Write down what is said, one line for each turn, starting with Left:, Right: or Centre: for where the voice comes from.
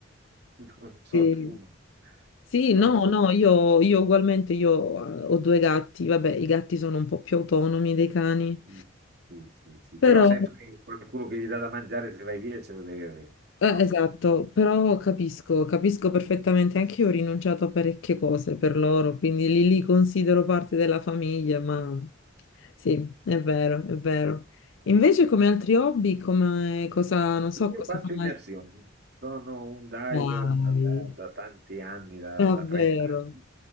Right: <laughs> non so
Left: Sì.
Right: tu, ma
Left: Sì,
Right: sono
Left: no,
Right: così.
Left: no, io, io ugualmente io eh, ho due gatti, vabbè, i gatti sono un po' più autonomi dei cani,
Right: Sì, sì, sì, sì.
Left: però
Right: Però sempre qualcuno che gli dà da mangiare se vai via ce lo devi avere,
Left: Eh,
Right: no?
Left: esatto, però
Right: Sì.
Left: capisco, capisco perfettamente, anche io ho rinunciato a parecchie cose per loro, quindi li, li considero parte della famiglia, ma sì, è vero, è vero. Invece come altri hobby, come cosa, non so
Right: Io
Left: cosa
Right: faccio
Left: fai?
Right: immersioni, sono un diver
Left: Dai,
Right: da, da- da tanti anni, da,
Left: davvero?
Right: da 30 anni,